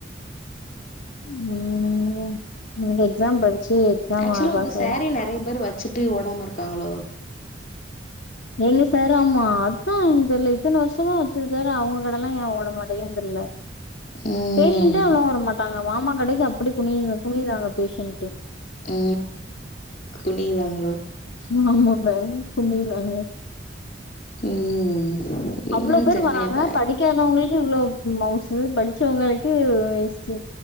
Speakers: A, on the left; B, on the left.
A: ம் இங்க எக்ஸாம் படிச்சு எக்ஸாம்
B: ஆக்சுவலா உங்க
A: பாஸ்
B: சாரீ
A: ஆயி
B: நெறைய பேர் வச்சீட்டு ஓடாம இருகாங்களோ
A: எங்க சாராம்மா அத்தா எனக் தெரில இத்தன வர்ஷமா வெச்சுருக்காரு அவங்க கடல்லா ஏ ஓடனுமாட்டேங்குதுனு தெரில
B: ம்
A: பேஷண்டே அவ்ளோ வர மாட் டாங்க மாமா கடைக்கு அப்டி குமி குமிராங்க பேஷன்ட்டு
B: ஆ குனிவாங்களோ
A: ம் ஆமாப்பா குமிறாங்க
B: ம் என்னன்னு
A: அவ்ளோ பேர்
B: தெர்லயே
A: வராங்க
B: ப
A: படிக்காதவங்ளுக்கு இவ்ளோ மவுசு படி சோ உங்ளுக்கு வேஸ்டு